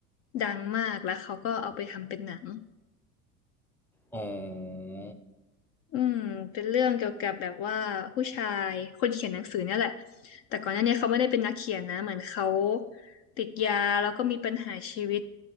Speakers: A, on the left (about 35°); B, in the centre.
A: ดังมากแล้วเขาก็เอาไปทำเป็นหนัง
B: อ๋อ
A: อืมเป็นเรื่องเกี่ยวกับแบบว่าผู้ชายคนเขียนหนังสือเนี่ยแหละแต่ก่อนหน้าเนี้เขาไม่ได้เป็นนักเขียนนะเหมือนเขาติดยาแล้วก็มีปัญหาชีวิต